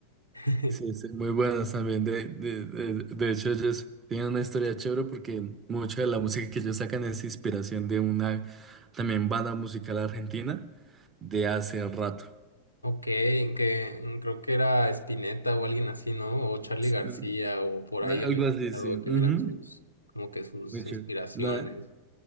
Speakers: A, on the left (about 85°); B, on the right (about 25°).
A: <laughs>
B: Sí, sí, muy buenas también. De, de, de, de hecho, ellos tienen una historia chévere porque mucha de la música que ellos sacan es inspiración de una también banda musical argentina de hace rato.
A: Ok, que creo que era Spinetta o alguien así, ¿no? O Charly
B: Es,
A: García
B: eh,
A: o por
B: na-
A: ahí
B: Algo
A: había escuchado
B: así, sí. Ujú.
A: que eran sus, como que sus
B: Muy chévere.
A: inspiraciones.
B: Na-